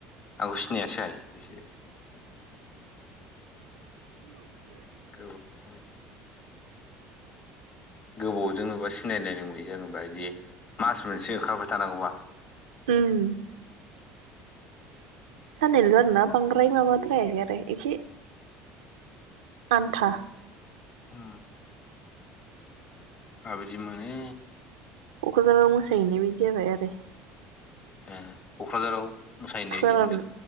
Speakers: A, on the left; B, on the right.
A: आंगौ सिनायासै होनसै।
B: <unintelligible>
A: <unintelligible> गोबावजों नुबा सिनायनाय नंलिया जागोनबा बिदि मास मोनसे ओंखारबाय थानांगौबा।
B: उम साननैल' आरोना बांग्राय माबाद्रायाखै आरो इसे। आन्था
A: उम आबिदि मोनो।
B: कक्राझाराव मोसाहैनाय बादि जाबाय आरो।
A: ए क'क्राझाराव मोसाहैनाय
B: फोरान
A: बायदि मोनदों